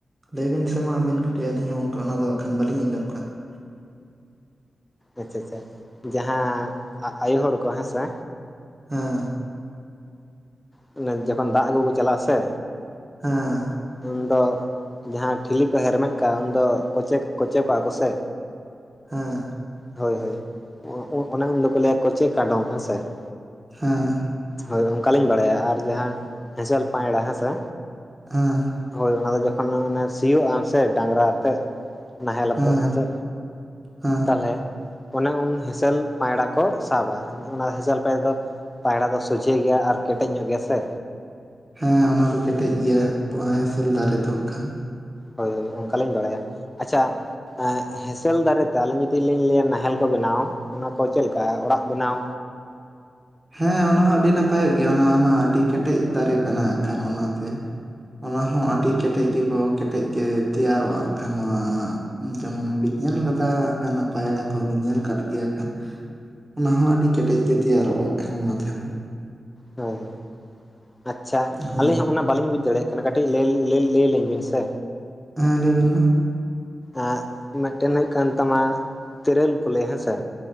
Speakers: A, on the right; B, on the left.
A: ᱞᱟᱹᱭᱵᱤᱱ ᱥᱮ ᱢᱟ ᱟᱵᱮᱱ ᱠᱟᱹᱴᱤᱡ, ᱟᱹᱞᱤᱧ ᱦᱚᱸ ᱚᱱᱠᱟ ᱚᱱᱟ ᱫᱚ ᱠᱷᱟᱱ ᱵᱟᱹᱞᱤᱧ ᱟᱸᱡᱚᱢ ᱠᱟᱫᱟ ᱾
B: ᱟᱪᱪᱷᱟ ᱪᱷᱟ, ᱡᱟᱦᱟᱸ ᱟᱜ ᱟᱭᱳ ᱦᱚᱲ ᱠᱚ ᱦᱮᱸᱥᱮ?
A: ᱦᱮᱸ ᱾
B: ᱦᱮᱸ ᱚᱱᱮ ᱡᱚᱠᱷᱚᱱ ᱫᱟᱜ ᱟᱜᱩ ᱠᱚ ᱪᱟᱞᱟᱜᱼᱟ ᱥᱮ
A: ᱦᱮᱸ ᱾
B: ᱩᱱ ᱫᱚ ᱡᱟᱦᱟᱸ ᱴᱷᱤᱞᱤ ᱠᱚ ᱦᱮᱨᱢᱮᱫ ᱠᱟᱜᱼᱟ ᱩᱱᱫᱚ ᱠᱚᱪᱮ ᱠᱚᱪᱮ ᱠᱚᱜᱼᱟ ᱠᱚᱥᱮ?
A: ᱦᱮᱸ ᱾
B: ᱦᱳᱭ ᱦᱳᱭ, ᱚ ᱚᱱᱟ ᱫᱚᱠᱚ ᱞᱟᱹᱭᱟ ᱠᱚᱪᱮ ᱠᱟᱰᱚᱢ ᱦᱮᱸᱥᱮ ᱾
A: ᱦᱮᱸ ᱾
B: ᱦᱳᱭ, ᱚᱝᱠᱟ ᱞᱤᱧ ᱵᱟᱲᱟᱭᱟ ᱟᱨ ᱡᱟᱦᱟᱸ ᱦᱮᱸᱥᱮᱞ ᱯᱟᱸᱭᱲᱟ ᱦᱮᱸᱥᱮ?
A: ᱦᱮᱸ ᱾
B: ᱦᱳᱭ, ᱚᱱᱟ ᱫᱚ ᱡᱚᱠᱷᱚᱱ ᱚᱱᱟ ᱥᱤᱭᱳᱜ ᱟᱢ ᱥᱮ ᱰᱟᱝᱨᱟ ᱟᱛᱮᱜ, ᱱᱟᱦᱮᱞ
A: ᱦᱮᱸ
B: ᱟᱛᱮᱜ ᱦᱮᱸᱥᱮ
A: ᱦᱮᱸ ᱦᱮᱸ
B: ᱛᱟᱦᱞᱮ ᱚᱱᱮ ᱩᱱ ᱦᱮᱸᱥᱮᱞ ᱯᱟᱸᱭᱲᱟ ᱠᱚ ᱥᱟᱵᱟ, ᱚᱱᱟ ᱦᱮᱸᱥᱮᱞ ᱯᱟᱸᱭᱲᱟ ᱫᱚ ᱯᱟᱸᱭᱲᱟ ᱫᱚ ᱥᱚᱡᱷᱮ ᱜᱮᱭᱟ ᱟᱨ ᱠᱮᱴᱮᱡ ᱧᱚᱜ ᱜᱮᱭᱟ ᱥᱮ?
A: ᱦᱮᱸ, ᱚᱱᱟ ᱫᱚ ᱠᱮᱴᱮᱡ ᱜᱮᱭᱟ, ᱦᱮᱸᱥᱮᱞ ᱫᱟᱨᱮ ᱫᱚ ᱦᱟᱸᱜ ᱠᱷᱟᱱ᱾
B: ᱦᱳᱭ ᱦᱳᱭ, ᱚᱱᱠᱟᱞᱤᱧ ᱵᱟᱲᱟᱭᱟ᱾ ᱟᱪᱪᱷᱟ ᱮᱸᱜ ᱦᱮᱸᱥᱮᱞ ᱫᱟᱨᱮ ᱛᱮ ᱟᱹᱞᱤᱧ ᱡᱩᱫᱤ ᱞᱤᱧ ᱞᱟᱹᱭᱟ ᱱᱟᱦᱮᱞ ᱠᱚ ᱵᱮᱱᱟᱣ ᱾ ᱚᱱᱟ ᱠᱚ ᱪᱮᱫ ᱞᱮᱠᱟ ᱚᱲᱟᱜ ᱵᱮᱱᱟᱣ
A: ᱦᱮᱸ ᱚᱱᱟ ᱦᱚᱸ ᱟᱹᱰᱤ ᱱᱟᱯᱟᱭᱚᱜ ᱜᱮᱭᱟ ᱚᱱᱟ ᱢᱟ ᱟᱹᱰᱤ ᱠᱮᱴᱮᱡ ᱫᱟᱨᱮ ᱠᱟᱱᱟ ᱦᱟᱸᱜ ᱠᱷᱟᱱ ᱚᱱᱟᱛᱮ ᱚᱱᱟ ᱦᱚᱸ ᱟᱹᱰᱤ ᱠᱮᱴᱮᱡ ᱜᱮᱠᱚ ᱠᱮᱴᱮᱡ ᱜᱮ ᱛᱮᱭᱟᱨᱚᱜ-ᱟ ᱦᱟᱸᱜ ᱠᱷᱟᱱ ᱱᱚᱣᱟ ᱡᱮᱢᱚᱱ ᱵᱤᱱ ᱧᱮᱞ ᱠᱟᱫᱟ ᱦᱟᱸᱜ ᱠᱷᱟᱱ ᱯᱟᱭᱲᱟ ᱠᱚᱦᱚᱸ ᱵᱤᱱ ᱧᱮᱞ ᱠᱟᱫ ᱜᱮᱭᱟ ᱠᱷᱟᱱ ᱚᱱᱟ ᱦᱚᱸ ᱟᱹᱰᱤ ᱠᱮᱴᱮᱡ ᱜᱮ ᱛᱮᱭᱟᱨᱚᱜ-ᱟ ᱠᱟᱱᱟ ᱚᱱᱟ ᱛᱮᱦᱚᱸ᱾
B: ᱦᱳᱭ ᱦᱳᱭ, ᱟᱪᱪᱷᱟ
A: ᱦᱮᱸ
B: ᱟᱹᱞᱤᱧ ᱦᱚᱸ ᱚᱱᱟ ᱵᱟᱞᱤᱧ ᱵᱩᱡ ᱫᱟᱲᱮᱭᱟᱜ ᱠᱟᱱᱟ ᱠᱟᱹᱴᱤᱡ ᱞᱟᱹᱭ ᱞᱟᱹᱭ ᱞᱟᱹᱭ ᱟᱹᱞᱤᱧ ᱵᱤᱱ ᱥᱮ᱾
A: ᱦᱮᱸ ᱞᱟᱹᱭ ᱵᱤᱱ ᱢᱟ᱾
B: ᱮᱸᱜ ᱢᱤᱫᱴᱮᱱ ᱦᱩᱭᱩᱜ ᱠᱟᱱ ᱛᱟᱢᱟ ᱛᱮᱨᱟᱹᱞ ᱠᱚ ᱞᱟᱹᱭ ᱦᱮᱸᱥᱮ